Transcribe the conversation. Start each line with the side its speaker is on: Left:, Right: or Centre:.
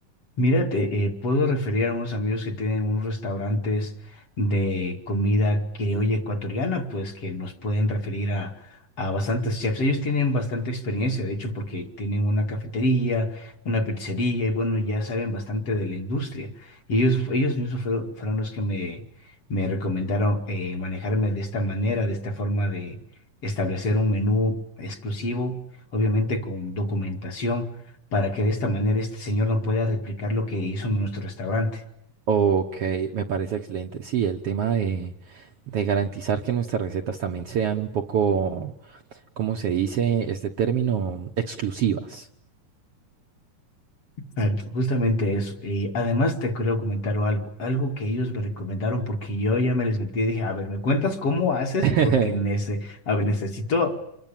Left: Mira, te eh, puedo referir a unos amigos que tienen unos restaurantes de comida criolla ecuatoriana, pues que nos pueden referir a, a bastantes chefs. Ellos tienen bastante experiencia, de hecho, porque tienen una cafetería, una pizzería y bueno, ya saben bastante de la industria. Y ellos, ellos mismos fueron, fueron los que me, me recomendaron eh, manejarme de esta manera, de esta forma de establecer un menú exclusivo, obviamente con documentación para que de esta manera este señor no pueda replicar lo que hizo en nuestro restaurante.
Right: Ok, me parece excelente. Sí, el tema de, de garantizar que nuestras recetas también sean un poco, ¿cómo se dice este término? Exclusivas.
Left: Ah, Justamente eso. Y además te quiero comentar algo, algo que ellos me recomendaron porque yo ya me les metí y dije, a ver, ¿me cuentas cómo haces?
Right: <laughs>
Left: Porque nece- a ver, necesito,